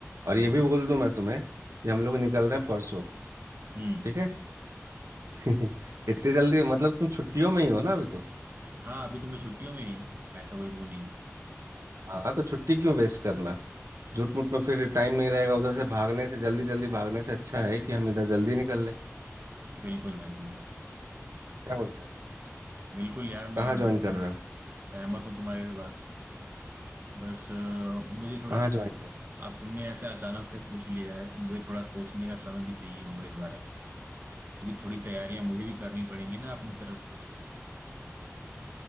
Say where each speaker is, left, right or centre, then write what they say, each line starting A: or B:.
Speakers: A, on the right; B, on the right.
A: और
B: हम्म
A: ये भी
B: हम्म
A: बोल दूं मैं तुम्हें कि हम लोग निकल रहे हैं परसों
B: हम्म
A: ठीक है <laughs> इतनी जल्दी मतलब तुम छुट्टियों में ही हो ना अभी तो
B: हाँ अभी तो मैं छुट्टियों में ही हूँ ऐसा कोई वो नहीं
A: हाँ तो छुट्टी क्यों वेस्ट करना झूठ मूठ में फिर टाइम नहीं रहेगा उधर से भागने से जल्दी जल्दी भागने से अच्छा है कि हम इधर जल्दी निकल लें
B: बिल्कुल भाई बिल्कुल
A: क्या बोलते हैं
B: बिल्कुल यार मैं
A: कहाँ ज्वाइन
B: बिल्कुल
A: कर रहे हो
B: सहमत हूँ तुम्हारी इस बात से बस अ, मुझे थोड़ा
A: कहाँ ज्वाइन कर रहे हो
B: अब तुमने ऐसे अचानक से पूछ लिया है तो मुझे थोड़ा सोचने का समय भी चाहिए होगा इस बारे में क्योंकि थोड़ी तैयारियां मुझे भी करनी पड़ेंगी ना अपनी तरफ से